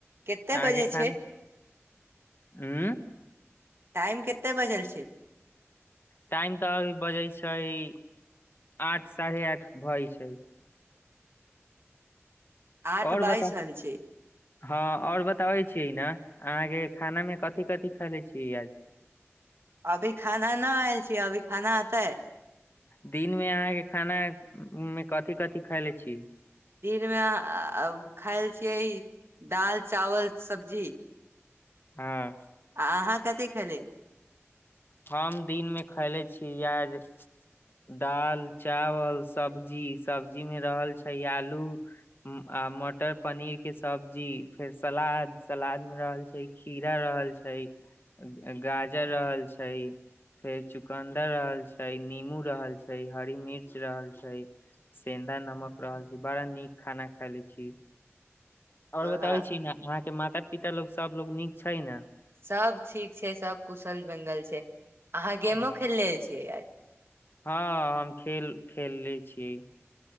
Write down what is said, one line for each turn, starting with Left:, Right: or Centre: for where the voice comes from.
Right: कते
Left: आकेे
Right: बजे
Left: खाना
Right: छै
Left: उँ
Right: टाम केतेक बजे छै
Left: टाइम तऽ अभी बजे छै आठ साढ़े आठ भए छै
Right: आठ
Left: आओर
Right: बइस
Left: बता
Right: छन छै
Left: हँ और बताबे छीियै ने अहाँ के खाना मे कथिी कथिी खले छीय आज
Right: अभी खाना न आयल छीियै अभी खाना अतै
Left: दिन मे अहाँके खाना मे कथिी कथिी खायले छी
Right: दिन मे खायल छियै दाल चावल सब्जी
Left: हँ
Right: आ अहाँ कतेक खेली
Left: हम दिन मे खैले छीिय याज दाल चावल सब्जी सब्जी मे रहल छै आलू आ मटर पनीर के सब्जी फेर सलाद सलाद मे रहल छै खीरा रहल छै गाजर रहल छै फेर चुकन्दर रहल छै नीमू रहल छै हरी मिर्च रहल छै सेन्दा नमक रहल छै बड़ा नीक खाना खाय ले छी आओर
Right: ओह,
Left: बताबै छी ने अहाँके माता पिता लोग सब लोग नीक छै ने
Right: सब ठीक छै सब कुशल मंगल छै अहाँ
Left: ने
Right: गेमो खेलले छियै याद
Left: हँ हम खेल खेलले छियै